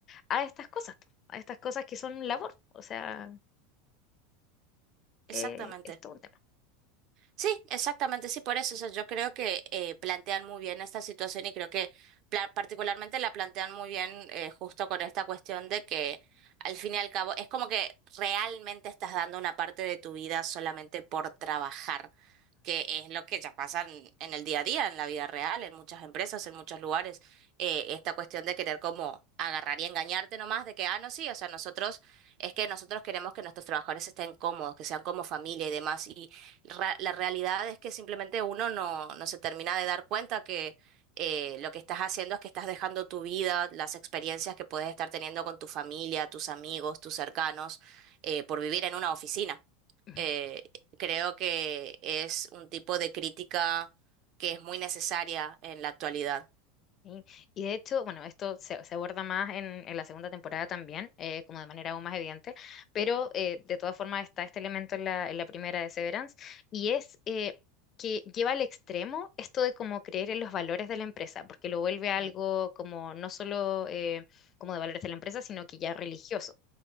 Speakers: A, on the left; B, on the right.
A: a estas cosas, po, a estas cosas que son labor, o sea, eh,
B: Exactamente.
A: es todo un tema.
B: Sí, exactamente, sí, por eso. O sea, yo creo que eh, plantean muy bien esta situación y creo que pla- particularmente la plantean muy bien eh, justo con esta cuestión de que al fin y al cabo es como que realmente estás dando una parte de tu vida solamente por trabajar, que es lo que ya pasa en, en el día a día, en la vida real, en muchas empresas, en muchos lugares. Eh, esta cuestión de querer como agarrar y engañarte nomás de que, ah, no, sí, o sea, nosotros, es que nosotros queremos que nuestros trabajadores estén cómodos, que sean como familia y demás. Y ra- la realidad es que simplemente uno no, no se termina de dar cuenta que eh, lo que estás haciendo es que estás dejando tu vida, las experiencias que puedes estar teniendo con tu familia, tus amigos, tus cercanos, eh, por vivir en una oficina.
A: Ajá.
B: Eh, creo que es un tipo de crítica que es muy necesaria en la actualidad.
A: Sí, Y de hecho, bueno, esto se, se aborda más en, en la segunda temporada también, eh, como de manera aún más evidente, pero eh, de todas formas está este elemento en la, en la primera de Severance, y es eh, que lleva al extremo esto de como creer en los valores de la empresa, porque lo vuelve algo
B: Mm,
A: como no solo eh, como de valores de la empresa, sino que ya religioso,